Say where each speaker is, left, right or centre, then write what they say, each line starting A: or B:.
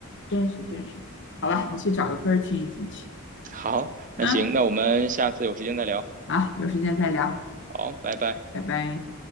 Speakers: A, on the left; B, on the right.
A: 真是真是。好了，
B: 嗯，
A: 我去找个歌听一听去。
B: 好，那行，
A: 嗯，
B: 那我们下次有时间再聊。
A: 好，有时间再聊，
B: 好，拜拜。
A: 拜拜。